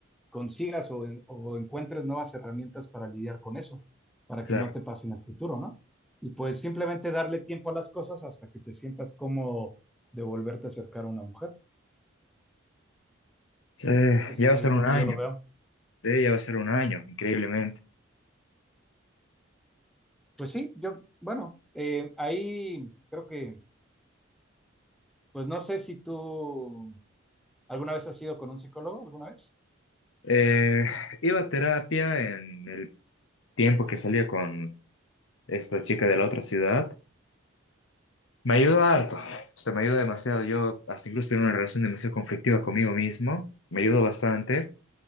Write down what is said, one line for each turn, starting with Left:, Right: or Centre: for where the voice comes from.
Centre: consigas o, en- o encuentres nuevas herramientas para lidiar con eso, para
Left: claro.
Centre: que no te pase en el futuro, ¿no? Y pues simplemente darle tiempo a las cosas hasta que te sientas cómodo de volverte a acercar a una mujer.
Left: Sí,
Centre: Es
Left: ya
Centre: como
Left: va a ser
Centre: yo,
Left: un
Centre: como
Left: año,
Centre: yo lo veo.
Left: sí, ya va a ser un año, increíblemente.
Centre: Pues sí, yo, bueno, eh, ahí creo que, pues no sé si tú alguna vez has ido con un psicólogo, alguna vez.
Left: Eh, iba a terapia en el tiempo que salía con esta chica de la otra ciudad. Me ayudó harto, o sea, me ayudó demasiado. Yo hasta incluso tenía una relación demasiado conflictiva conmigo mismo, me ayudó bastante.